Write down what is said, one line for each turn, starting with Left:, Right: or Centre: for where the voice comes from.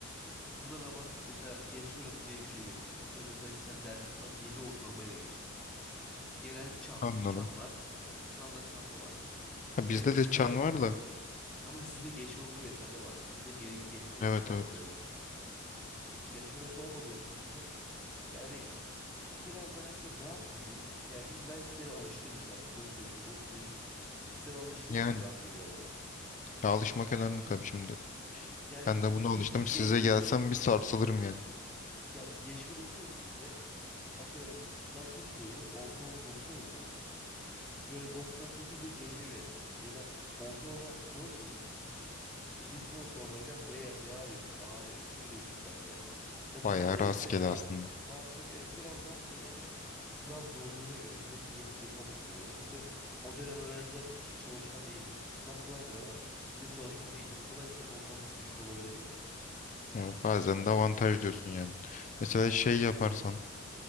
Centre: Bunlar ama mesela geçme notu diye bir şey yok. Atıyorum mesela bir tane dersim var 7 ortalamayla geçtim. Genel çan.
Left: Anladım.
Centre: Çan var. O standart sapma var.
Left: Ha, bizde
Centre: Yani sınav
Left: de çan var da.
Centre: ama sizde geçme notu vesaire var. Bizde ge- geçme notu
Left: Evet
Centre: falan
Left: evet.
Centre: da yok. Geçme notu olmadığı için bizde yani biraz daha aslında rahat mı diyeyim. Yani biz ben sisteme alıştığım için artık 4 senedir bu okuldayım. Sisteme alıştığım
Left: Yani
Centre: için rahat geliyor bana.
Left: ya alışmak önemli tabii şimdi.
Centre: Yani
Left: Ben de buna
Centre: bir,
Left: alıştım.
Centre: ge- bir
Left: Size
Centre: ge- ge-
Left: gelsem bir sarsılırım yani.
Centre: Yani bir geçme notu yok bizde. Atıyorum sınav çok kolay olur. Ortalama 90 olur. Böyle 98'de CC verirsin. Ya da ortalama 4 olur. 20 ortalamayla B, BA verirsin. AA verirsin. Öyle bir sistem yani. Ya not
Left: Bayağı
Centre: değil
Left: rastgele
Centre: de daha
Left: aslında.
Centre: daha çok evet biraz rastgele ve sınav zorluğuna göre milletin yapıp yapamamasına göre. Mesela atıyorum o dönem öğrenciler hiç çalışkan değildir. Sınav kolaydır ama kimse çalışkan değildir. Kolay sınavın ortalaması düşük olabilir yani.
Left: Ya, bazen de avantaj diyorsun yani. Mesela şey yaparsan